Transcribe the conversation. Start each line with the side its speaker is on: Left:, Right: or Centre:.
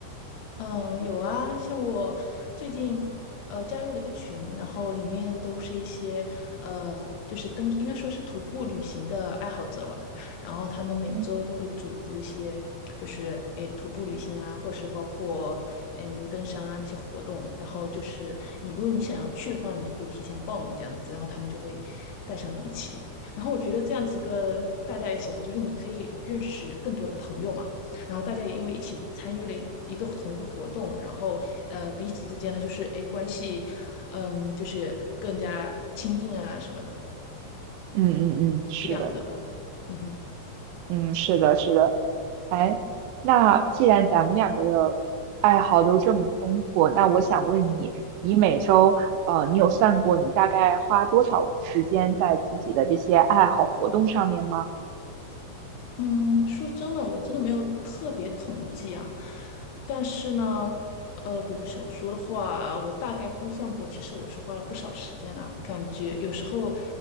Left: 嗯，有啊，像我最近呃加入了一个群，然后里面都是一些呃就是登，应该说是徒步旅行的爱好者吧。然后他们每周都会组织一些就是诶徒步旅行啊，
Right: 嗯
Left: 或者是包括嗯登山啊那些活动。然后就是你如果你想要去的话，你就可以提前报名这样子，然后他们就会带上你一起。然后我觉得这样子跟大家一起哈，就是你可以认识更多的朋友嘛。然后大家也因为一起参与了一个同一个活动，然后呃彼此之间呢就是哎关系，嗯就是更加亲近啊什么的，
Right: 嗯嗯嗯，是的，
Left: 一举两得吧，嗯哼，
Right: 嗯是的，是的。哎，那既然咱们两个的爱好都这么丰富，那我想问你，你每周，呃，你有算过你大概花多少时间在自己的这些爱好活动上面吗？
Left: 嗯，说真的，我真的没有特别统计啊，但是呢。呃，比如说小说的话，我大概估算过，其实我是花了不少时间呢、感觉有时候